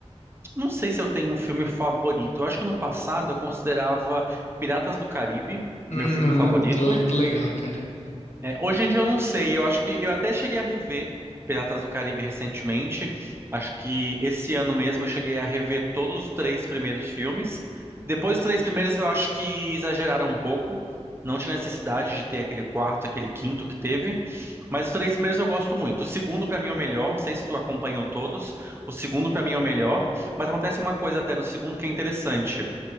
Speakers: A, on the right; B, on the left.
A: não sei se eu tenho um filme favorito. Eu acho que no passado eu considerava Piratas do Caribe
B: Hum,
A: meu filme favorito.
B: que, le- que legal, cara.
A: É, hoje em dia eu não sei. Eu acho que eu até cheguei a rever Piratas do Caribe recentemente. Acho que esse ano mesmo eu cheguei a rever todos os três primeiros filmes. Depois dos três primeiros eu acho que exageraram um pouco. Não tinha necessidade de ter aquele quarto, aquele quinto que teve. Mas os três primeiros eu gosto muito. O segundo, pra mim, é o melhor. Não sei se tu acompanhou todos. O segundo, pra mim, é o melhor. Mas acontece uma coisa até no segundo que é interessante,